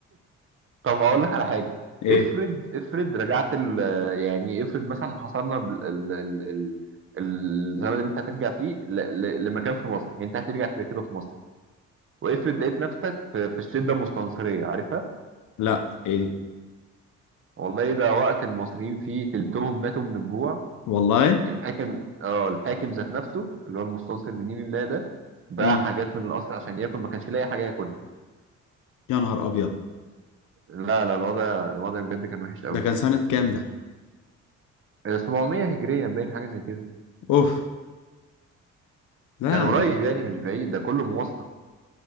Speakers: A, on the right; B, on the left.
A: طب اقول لك على حاجه
B: <laughs> ايه
A: افرض افرض رجعت ال يعني افرض مثلا حصلنا بال- ال ال ال الزمن اللي انت هترجع فيه ل- ل- لمكان في مصر يعني انت هترجع كده كده في مصر وافرض لقيت نفسك في, في الشده المستنصريه عارفها
B: لا ايه دي
A: والله ده وقت المصريين فيه تلتهم ماتوا من الجوع
B: والله
A: الحاكم والله اه الحاكم ذات نفسه اللي هو المستنصر بنين الله ده باع
B: امم
A: حاجات من القصر عشان ياكل ما كانش لاقي حاجه ياكلها
B: يا نهار ابيض
A: لا لا الوضع الوضع بجد كان وحش قوي
B: ده كان سنة كام ده
A: 700 هجريا باين حاجه زي كده
B: اوف لا
A: كان قريب
B: ده
A: يعني مش بعيد ده كله موثق